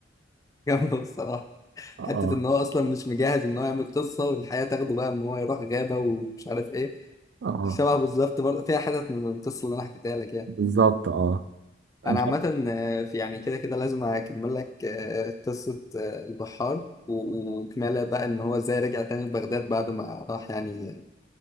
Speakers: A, on the left; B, on the right.
A: <laughs> جامدة بصراحة
B: اه
A: حتة إن هو أصلا مش مجهز إن هو يعمل قصة والحياة تاخده بقى إن هو يروح غابة ومش عارف إيه
B: اه
A: شبه بالظبط برضه فيها حتت من القصة اللي أنا حكيتها لك يعني
B: بالظبط اه
A: انا
B: ان شاء
A: عامه
B: الله
A: آه، في يعني كده كده لازم اكمل لك آه، قصه آه، البحار و- وكماله بقى ان هو ازاي رجع تاني لبغداد بعد ما راح يعني